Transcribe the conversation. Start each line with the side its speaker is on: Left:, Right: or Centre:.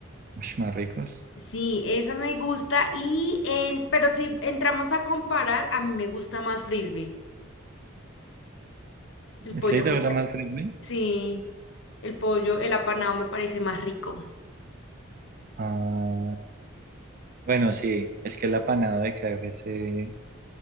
Right: Ush, más ricos.
Left: Sí, esa me gusta y en, pero si entramos a comparar, a mí me gusta más frisbee. El pollo
Right: ¿Sí te
Left: me
Right: gusta
Left: pa-
Right: más el frisbee?
Left: sí, el pollo, el apanado me parece más rico.
Right: Ah, Bueno, sí, es que el apanado de KFC,